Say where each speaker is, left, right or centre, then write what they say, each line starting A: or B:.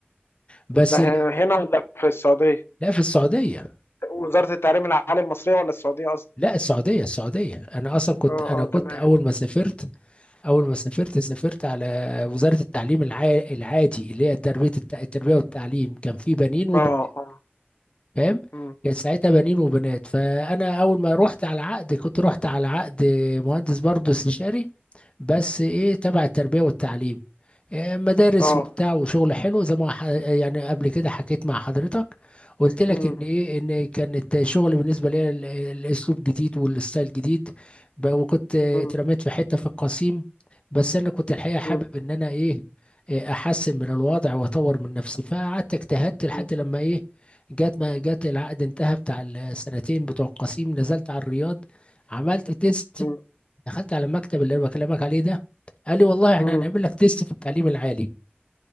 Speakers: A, on the left; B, on the left.
A: بس
B: ده
A: ال-
B: هنا ولا في السعودية؟
A: لا في السعوديه
B: وزارة التعليم العالي المصرية ولا السعودية
A: لا السعوديه السعوديه انا اصلا كنت
B: اه
A: انا
B: اه
A: كنت
B: تمام
A: اول ما سافرت اول ما سافرت سافرت على وزاره التعليم العا- العادي اللي هي تربيه الت- التربيه والتعليم كان في بنين وبنات
B: اه اه
A: فاهم
B: مم.
A: كان ساعتها بنين وبنات فانا اول ما رحت على عقد كنت رحت على عقد مهندس برضه استشاري بس ايه تبع التربية والتعليم إيه مدارس
B: اه
A: وبتاع وشغل حلو زي ما ح- يعني قبل كده حكيت مع حضرتك قلت لك
B: مم.
A: ان ايه ان كانت شغل بالنسبة لي ال- الاسلوب جديد والستايل جديد ب- وكنت آه،
B: مم.
A: اترميت في حتة في القصيم بس انا كنت الحقيقة حابب
B: مم.
A: ان انا ايه إيه، احسن من الوضع واطور من نفسي فقعدت اجتهدت لحد
B: مم.
A: لما ايه جت ما جت العقد انتهى بتاع السنتين بتوع القصيم نزلت على الرياض عملت تيست
B: مم.
A: دخلت على المكتب اللي انا بكلمك عليه ده قال لي والله احنا
B: مم.
A: هنعمل لك تيست في التعليم العالي